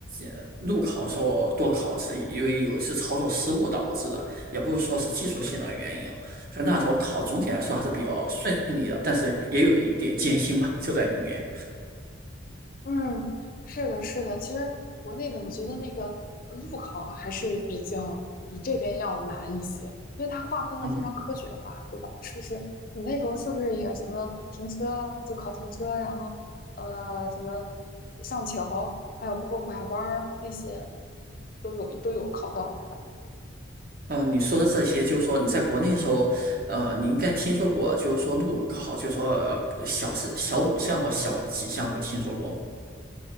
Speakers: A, on the right (about 45°); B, on the left (about 45°).
A: 呃路考的时候我多考一次，因为有一次操作失误导致的。也不是说是技术性的原因哦，所以那时候考总体来说还是比较顺利的，
B: 嗯，
A: 但是也有一点艰辛吧，就在里面。
B: 嗯，是的，是的。其实国内的，我觉得那个呃路考还是比较比这边要难一些，因为它划分的非常科学化，
A: 嗯，
B: 对吧？是不是？你那时候是不是也什么停车就考停车，然后呃什么上桥，还有包括拐弯儿那些都有都有考到，对吧？
A: 嗯，呃你说的这些，就是说你在国内的时候，呃，你应该听说过，就是说路考，就是说呃小四、小五项或小几项的听说过吗？